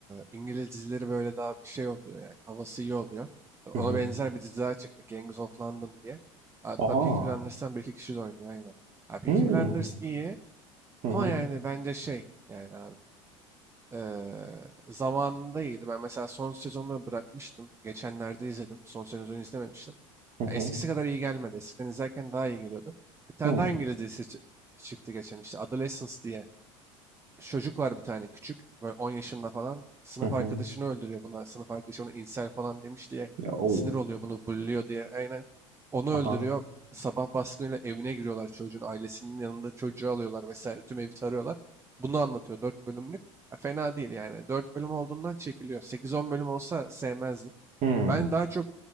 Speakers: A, on the right; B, on the right.
A: e, İngiliz dizileri böyle daha bir şey oluyor yani. Havası iyi oluyor. Ona
B: Hı hı.
A: benzer bir dizi daha çıktı. Gangs of London diye. Hatta
B: Aa.
A: Peaky Blinders'tan bir iki kişi de oynuyor aynen. Ha, Peaky
B: Hmm.
A: Blinders iyi
B: Hı hı.
A: ama yani bence şey yani abi. Eee, zamanında iyiydi. Ben mesela son sezonunu bırakmıştım. Geçenlerde izledim. Son sezonu izlememiştim.
B: Hı
A: Ya eskisi
B: hı.
A: kadar iyi gelmedi. Eskiden izlerken daha iyi geliyordu. Bir tane
B: Hı hı.
A: daha İngiliz dizisi çı- çıktı geçen işte. Adolescence diye çocuk var bir tane küçük. Böyle 10 yaşında falan. Sınıf
B: Hı
A: arkadaşını
B: hı.
A: öldürüyor buna. Sınıf arkadaşı ona insel falan demiş diye
B: Ya, o.
A: sinir oluyor bunu bulluyor diye. Aynen. Onu
B: Aha.
A: öldürüyor. Sabah baskınıyla evine giriyorlar çocuğun. Ailesinin yanında çocuğu alıyorlar vesaire. Tüm evi tarıyorlar. Bunu anlatıyor 4 bölümlük. Ya fena değil yani. dört bölüm olduğundan çekiliyor. sekiz on bölüm olsa sevmezdim.
B: Hı.
A: Ben daha çok